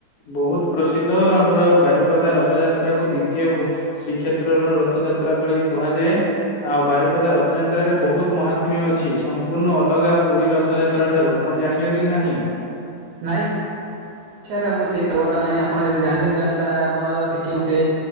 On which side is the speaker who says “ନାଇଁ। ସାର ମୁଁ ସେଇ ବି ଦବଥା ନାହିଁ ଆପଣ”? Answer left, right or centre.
Right